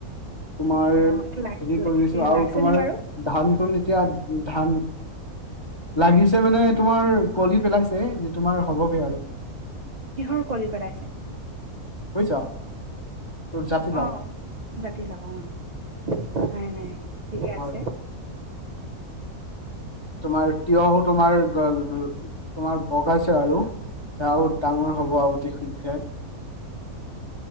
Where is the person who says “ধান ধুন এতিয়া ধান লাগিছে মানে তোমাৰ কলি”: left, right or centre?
Left